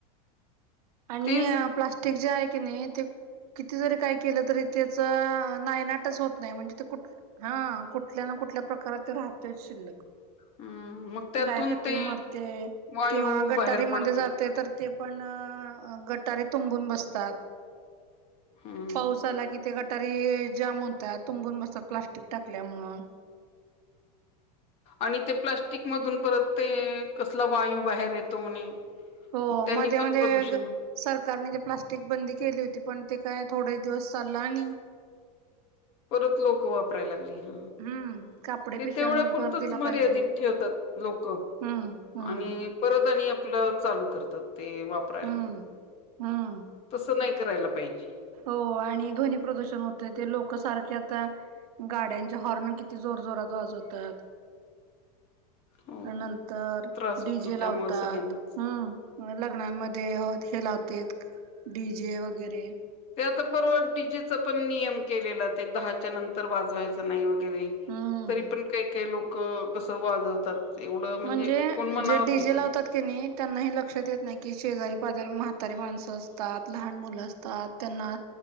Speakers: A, on the right (about 70°); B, on the left (about 30°).
A: आणि
B: तेच
A: प्लास्टिक जे आहे की नाही ते किती जरी काय केलं तरी त्याच नायनाटचं होत नाही म्हणजे ते कुठ हा कुठल्या ना कुठल्या प्रकारात ते राहतोयच शिल्लक
B: हम्म मग त्यातून
A: गाय खाती
B: ते
A: मरते
B: वायू
A: किंवा गटारी
B: बाहेर
A: मध्ये
B: पडतो
A: जाते तर ते पण गटारी तुंबून बसतात.
B: हम्म
A: पावसाला कि ते ग तरी जाम होता तुंबून बसतात प्लास्टिक टाकल्या मुळ
B: आणि ते प्लास्टिक मधून परत ते कसला वायू बाहेर येतो म्हणे
A: हो
B: त्यांनी
A: मध्ये
B: पण
A: मध्ये
B: प्रदूषण
A: सरकारने ते प्लास्टिक बंदी केली होती पण ते काय थोडेच दिवस चालल आणि
B: परत लोक वापरायला लागली. ह
A: हम्म कापडे
B: ते
A: पिशव्यांवर
B: तेवढ्या पुुरतंच
A: भर दिला
B: मर्यादित
A: पाहिजे
B: ठेवतात लोक
A: हम्म हम्म
B: आणि परत आणि आपलं चालू करतात ते वापरायला.
A: हम्म हम्म.
B: तसं नाही करायला पाहिजे.
A: हो आणि ध्वनी प्रदूषण होते ते लोक सारख्या आता गाड्यांचे हॉर्न किती जोर जोरात वाजवतात.
B: हो
A: त्या नंतर
B: त्रास
A: डी
B: होतो
A: जे
B: त्यामुळे
A: लावतात
B: सगळ्यांनाच
A: हम्म लग्नांमध्ये हो लावते डी जे वगैरे
B: ते आता बरोबर डीजेचा पण नियम केलेला ते दहाच्या नंतर वाजवायच नाही वगैर
A: हम्म
B: तरी पण काही काही लोक कस वाजवतात. एवढं
A: म्हणजे
B: कोण मनावर
A: जे डीझे
B: घेत
A: लावतात क नाही त्यांना लक्षात येत नाही शेजारी दारी म्हातारी माणसं असतात लहान मुलं असतात त्यांना.